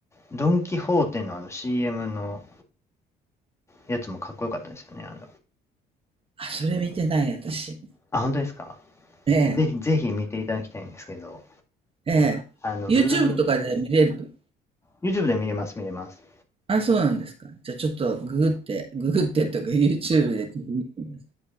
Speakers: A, on the left; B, on the right.
A: ドン・キホーテのあの CM のやつもかっこよかったですよね。あの、
B: あ、それ見てない、私。
A: あ、本当ですか
B: ええ、
A: ぜひ、ぜひ見ていただきたいんですけど。
B: ええ。
A: あの、
B: YouTube
A: ブルーの、
B: とかで見れる。
A: YouTube で見れます、見れます。
B: あ、そうなんですか。じゃあちょっとググって、ググってとか YouTube でちょっと見てみます。